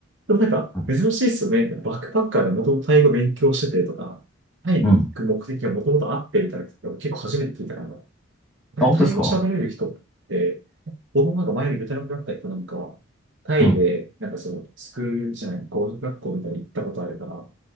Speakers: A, on the right; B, in the centre.
A: でもなんか、
B: う
A: 珍しいですよね。バックパッカーでもともとタイ語勉強しててとか、タイに行く目的がもともとあってみたいな人結構初めて聞いたから、
B: ん。うんあ、本当ですか
A: タイ語喋れる人って、僕もなんか前にベトナムだった人なんかは、タイで、
B: うん。
A: なんかその、スクールじゃない、語学学校みたいに行ったことあるから、